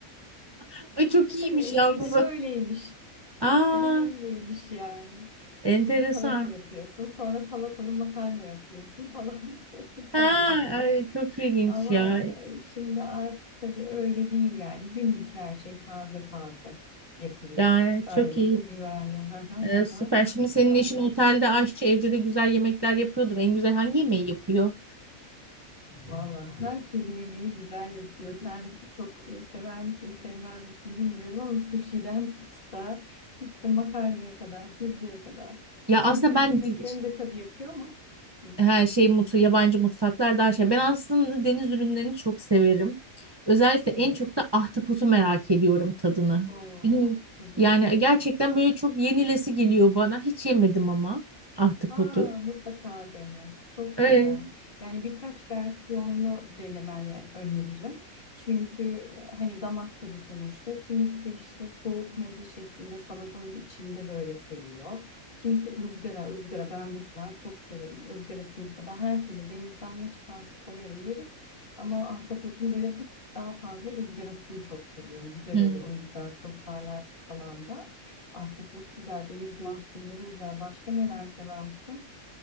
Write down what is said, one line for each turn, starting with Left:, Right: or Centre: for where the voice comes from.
Right: <laughs> Ay, çok iyiymiş
Left: tabii eskiden
Right: yalnız.
Left: öyleymiş.
Right: o.
Left: Eskiden
Right: Aa
Left: öyleymiş yani.
Right: enteresan.
Left: İşte bir salata yapıyorsun, sonra salatalı makarna yapıyorsun falan <laughs>
Right: Ha,
Left: tarzında.
Right: ay, çok ilginç
Left: Ama
Right: ya.
Left: e, şimdi artık tabii öyle değil yani. Günlük her şey taze taze yapılıyor.
Right: Ya
Left: Gayet
Right: çok iyi.
Left: de güvenli. <laughs> Ha ha
Right: Ee,
Left: ha
Right: süper.
Left: ha.
Right: Şimdi senin
Left: Aynen.
Right: eşin otelde aşçı, evde de güzel yemekler yapıyordur. En güzel hangi yemeği yapıyor?
Left: Valla her türlü yemeği güzel yapıyor. Sen çok e, sever misin, sevmez misin bilmiyorum ama sushi'den tut da işte makarnaya kadar, pizzaya kadar.
Right: Ya
Left: Yani
Right: aslında
Left: Türk
Right: ben
Left: yemeklerini
Right: di-
Left: de tabii yapıyor ama Hı,
Right: her şey mutlu, yabancı mutfaklar daha şey. Ben aslında deniz ürünlerini çok severim. Özellikle
Left: evet.
Right: en çok da ahtapotu merak ediyorum tadını.
Left: O
Right: Bilmiyorum.
Left: tabii.
Right: Yani gerçekten böyle çok yenilesi geliyor bana. Hiç yemedim ama ahtapotu.
Left: Aa, mutlaka dene. Çok
Right: Evet.
Left: güzel. Yani birkaç versiyonlu denemeni öneririm. Çünkü e, hani damak tadı sonuçta. Kimisi işte soğuk meze şeklinde salatanın içinde böyle seviyor. Kimisi ızgara, ızgara. Ben mesela çok severim ızgarasını. mesela. Ben her türlü denizden ne çıkarsa severim yerim. Ama ahtapotun böyle bir tık daha fazla ızgarasını çok seviyorum. Güzel
Right: Evet.
Left: oluyor. Onu güzel soslarlar falan da. Ahtapot güzel, deniz mahsulleri güzel. Başka neler seversin?